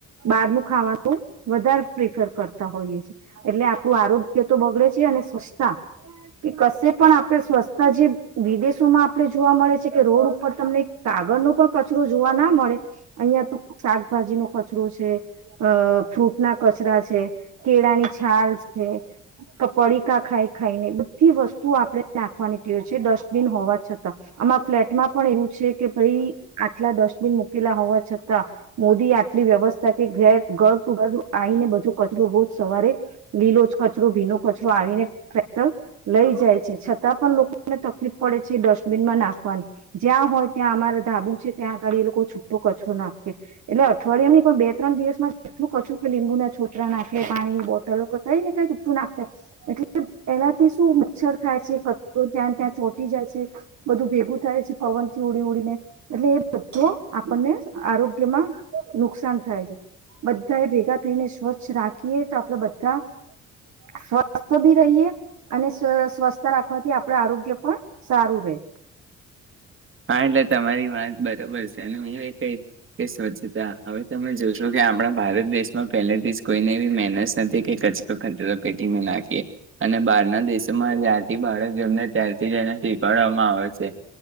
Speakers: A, on the right (about 65°); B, on the right (about 45°).
A: બારનુ ખાવાનું વધારે પ્રિફર કરતા હોઈએ છે, એટલે આપણું આરોગ્ય તો બગડે છે, અને સ્વચ્છતા કે કશે પણ આપણે સ્વચસ્છતા, જે વિદેશોમાં આપણે જોવા મળે છે કે રોડ ઉપર તમને કાગળનો પણ કચરો જોવા ના મળે. અહિયાં તો શાકભાજી ન કચરો છે, અ ફ્રૂટ ના કચરા છે, કેળાની છાલ છે, કપડીકાા ખાય ખાઈને બધી વસ્તુ આપણે નાખવાની ટી હો છે ડસ્ટબિન હોવા છતાં, આમા ફ્લેટમાં પણ એવું છે કે ભાઈ આટલા ડસ્ટબિન મૂકેલા હોવા છતાં, મોદી આટલી વ્યવસ્થા કે ઘે ઘર ટુ ઘર આવીને બધો કચરો રોજ સવારે, લીલો જ કચરો ભીનો કચરો આવીને ટ્રેક્ટર લઈ જાય છે છતાં પણ લોકોને તકલીફ પડે છે ડસ્ટબિનમાં નાખવાનું, જ્યાં હોય ત્યાં અમારા ધાબુ છે ત્યાં આગાળ એ લોકો છૂટો કચરો નાખે એટલે અઠવાડિયા ની પણ બે ત્રણ દિવસમાં એટલું કચું કે લીંબુ ના છોતરા નાખે પાણીની બોટલો કઈ ને કઈ ટૂકું નાખતા એટલે એનાથી શું મચ્છર થાય છે કચરો ત્યાં ત્યાં ચોટી જાય છે બધું ભેગું થાય છે પવન થી ઉડી ઉડીને એટલે એ બધો આપને આરોગ્યમાં નુકસાન થાય છે, બધા એ ભેગા થઈને સ્વચ્છ રાખીએ તો આપડે બધા સ્વસ્થ ભી રહીએ. અને સ્વસ્થ રાખવાથી આપડ આરોગ્ય પણ સારું રહે.
B: હા એટલે તમારી વાત બરાબર છે અને હું એ, કહી કે સ્વચ્છતા હવે તમે જોશો કે આપણા ભારત દેશમાં પહેલેથી જ કોઈને એવી મહેનત નથી કે કચરો કચરો પેટીમાં નાખીએ, અને બહારના દેશોમાં જ્યાંથી બાળક જેમને ત્યારથી જ એને શીખડવામાં આવે છે.